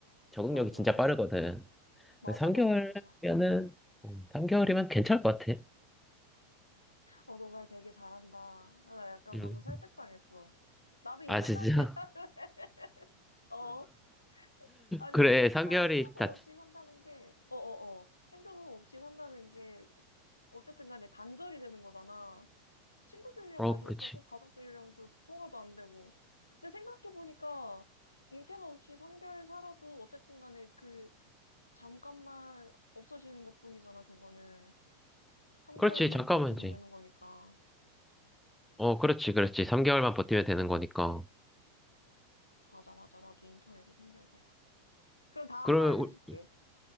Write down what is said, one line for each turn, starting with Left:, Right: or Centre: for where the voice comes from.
Centre: 적응력이
Left: 맞아,
Centre: 진짜
Left: 맞아.
Centre: 빠르거든.
Left: 맞아,
Centre: 3개월면은,
Left: 맞아, 맞아.
Centre: 3개월이면 괜찮을 것 같아.
Left: 어, 너 말 되게 잘한다. 아, 나 약간
Centre: 음.
Left: 방금 설득당했어. 나도 인터뷰
Centre: 아, 진짜?
Left: 할래. <laughs> 어? 아니,
Centre: 그래, 3개월이
Left: 나는 핸드폰
Centre: 다,
Left: 없이 산다는 게, 어어어, 핸드폰 없이 산다는 게, 어쨌든 간에 단절이 되는 거잖아. 친구들이랑
Centre: 어,
Left: 말도
Centre: 그치.
Left: 못하고, 가족들이랑도 통화도 안 되고. 근데 생각해보니까, 인터넷 없이 3개월 살아도, 어쨌든 간에 그, 잠깐만 없어지는 것뿐이잖아, 그거는. 3개월만
Centre: 그렇지, 잠깐만,
Left: 버티면
Centre: 지
Left: 되는 거니까.
Centre: 어, 그렇지, 그렇지. 3개월만 버티면 되는 거니까.
Left: 맞아, 맞아. 나도 인터넷 없이 3개월 살래. 그럼 다음
Centre: 그러면,
Left: 거 알려줄게.